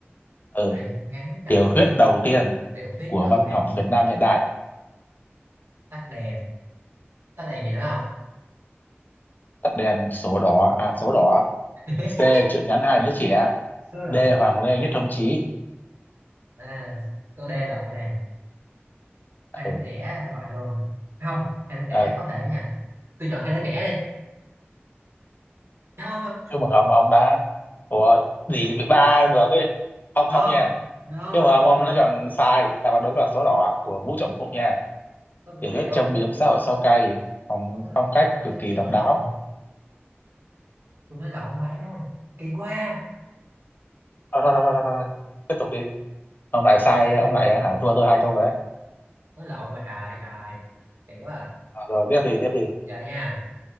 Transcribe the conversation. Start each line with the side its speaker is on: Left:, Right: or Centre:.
Left: ừ.
Right: truyện ngắn đầu
Left: tiểu
Right: tiên
Left: thuyết đầu tiên
Right: tiểu thuyết
Left: của
Right: đầu
Left: văn
Right: tiên
Left: học Việt Nam hiện đại
Right: tắt đèn Tắt đèn gì nữa không
Left: Tắt đèn số đỏ à số đỏ
Right: <laughs>
Left: C truyện ngắn hai đứa trẻ
Right: số đỏ
Left: D Hoàng Lê Nhất Thống Chí
Right: à, câu D loại này hai
Left: ừ.
Right: đứa trẻ loại luôn không hai đứa trẻ
Left: ừ.
Right: có thể nha tôi chọn hai đứa trẻ đi no
Left: chúc mừng ông ông đã Ủa gì bị ba vừa với không
Right: no
Left: không nha
Right: no
Left: chúc
Right: no
Left: mừng ông ông
Right: no
Left: đã chọn sai đáp án đúng là số đỏ của Vũ Trọng Phụng nha
Right: tôi bị
Left: tiểu
Right: lẹo
Left: thuyết châm biếm xã hội sâu cay phong
Right: tôi bấm lộn
Left: phong
Right: tôi
Left: cách
Right: nói
Left: cực
Right: tôi
Left: kỳ
Right: tôi
Left: độc
Right: nói lộn
Left: đáo
Right: tôi nói lộn mà kỳ quá
Left: thôi thôi thôi thôi, thôi. thôi. tiếp tục đi ông lại sai
Right: Kìa,
Left: ông lại hả thua tôi hai câu rồi đấy
Right: nói lộn mà trời trời kỳ quá à.
Left: Ờ, rồi tiếp đi tiếp đi
Right: giờ nha